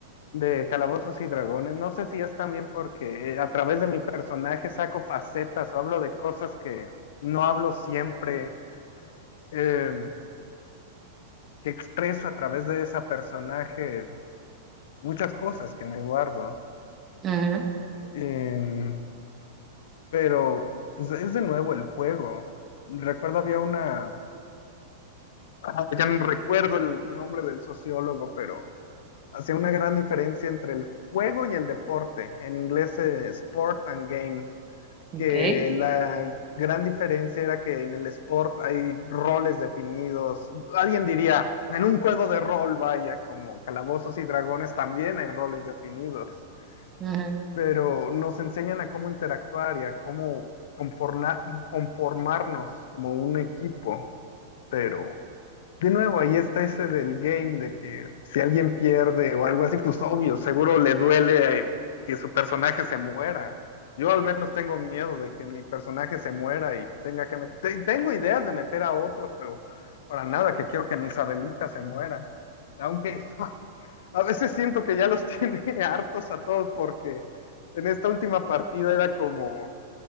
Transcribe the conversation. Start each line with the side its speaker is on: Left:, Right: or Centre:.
Left: de Calabozos y Dragones. No sé si es también porque eh, a través de mi personaje saco facetas o hablo de cosas que no hablo siempre, eh, que expreso a través de ese personaje muchas cosas que me guardo.
Right: ujú,
Left: Eh, pero pues es de nuevo el juego. Recuerdo había una Ah, ya no recuerdo el nombre del sociólogo, pero hacía una gran diferencia entre el juego y el deporte, en inglés eh, sport and game,
Right: ok,
Left: que la gran diferencia era que en el sport hay roles definidos, alguien diría, en un juego de rol, vaya, como Calabozos y Dragones también hay roles definidos,
Right: ujú.
Left: pero nos enseñan a cómo interactuar y a cómo conforna- conformarnos como un equipo pero de nuevo, ahí está ese del game de que si alguien pierde o algo así, pues obvio, seguro le duele eh, que su personaje se muera. Yo al menos tengo miedo de que mi personaje se muera y tenga que meter... Tengo ideas de meter a otros, pero para nada que quiero que mi Isabelita se muera. Aunque <laughs> a veces siento que ya los <laughs> tiene hartos a todos porque en esta última partida era como